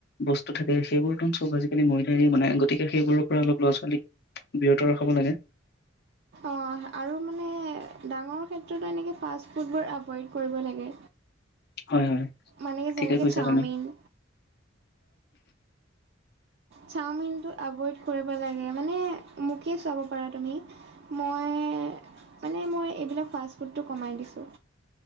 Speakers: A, on the left; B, on the right.
A: বস্তু থাকে, সেইবোৰতোন চ'ব আজিকালি ময়দাৰে বনায়, গতিকে সেইবোৰৰ পৰা অলপ লৰা-ছোৱালীক বিৰত ৰখাব লাগে।
B: অ' আৰু মানে, ডাঙৰ ক্ষেত্ৰতো এনেকৈ ফাষ্ট ফুডবোৰ এভইড কৰিব লাগে।
A: হয় হয়
B: মানে
A: ঠিকে
B: যেনেকে,
A: কৈছা
B: চাওমিন।
A: তুমি
B: চাওমিনটো এভইড কৰিব লাগে, মানে মোকে চাব পাৰা তুমি। মই মানে, মই এইবিলাক ফাষ্টফুডটো কমাই দিছোঁ।